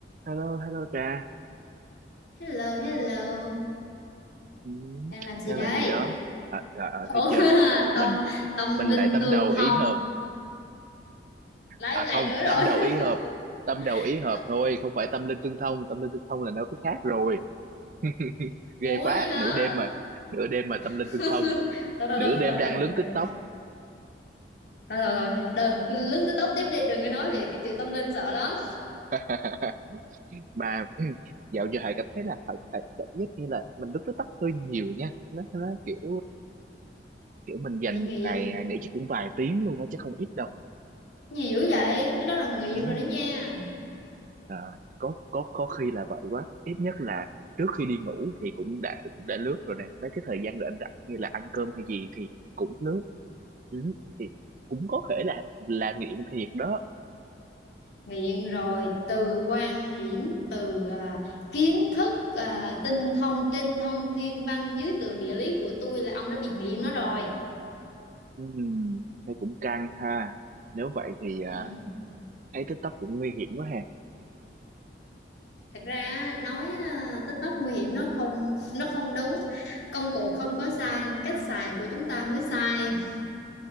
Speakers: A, on the right; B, on the left.
A: Hello, hello Trà.
B: Hello, hello.
A: Ừ,
B: Đang làm gì
A: đang
B: đây?
A: làm gì đó? À, trời ơi,
B: Ủa,
A: thấy chưa?
B: <laughs>
A: Mình
B: tâm tâm
A: mình
B: linh
A: lại tâm
B: tường
A: đầu
B: thông.
A: ý hợp.
B: Lại
A: À
B: lại
A: không,
B: nữa
A: tâm
B: rồi.
A: đầu ý hợp. Tâm đầu
B: <laughs>
A: ý hợp
B: Tông-
A: thôi, không phải tâm linh tương thông. Tâm linh tương thông là nó cái khác rồi. <laughs> Ghê
B: Ủa
A: quá,
B: vậy hả?
A: nửa đêm mà. Nửa đêm mà tâm linh
B: <laughs>
A: tương
B: Thôi
A: thông.
B: thôi
A: Nửa
B: thôi thôi
A: đêm
B: thôi
A: đang
B: đừng
A: lướt
B: đừng đừng.
A: TikTok.
B: Thôi thôi thôi, đừng lướt tới tóc tiếp đi, đừng có nói về cái chữ tâm linh sợ lắm.
A: <laughs> Mà <clears throat> ừ, dạo giờ Hải cảm thấy là Hải, Hải cảm giác như là mình lướt TikTok hơi nhiều nha. Nó, nó kiểu kiểu mình dành
B: Bị nghiện.
A: một ngày Hải nghĩ chắc cũng vài tiếng luôn á, chứ không ít đâu.
B: Gì dữ vậy? Cái đó là nghiện
A: Ừ.
B: rồi đó nha.
A: Ờ, có có có khi là vậy quá ít nhất là trước khi đi ngủ thì cũng đã cũng đã lướt rồi nè mấy cái thời gian rảnh rảnh như là ăn cơm hay gì thì cũng lướt ừ, thì cũng có thể là là nghiện thiệt đó
B: Nghiện rồi từ quan điểm, từ à, kiến thức, à, tinh thông trên thông thiên văn dưới tường địa lý của tôi là ông đã bị nghiện nó rồi.
A: Ừm, thì cũng căng ha nếu vậy thì à,
B: Ừ.
A: thấy TikTok cũng nguy hiểm quá ha
B: thật ra nói ờ, tích tóc nguy hiểm nó không <laughs> nó không đúng công cụ không có sai cách xài của chúng ta mới sai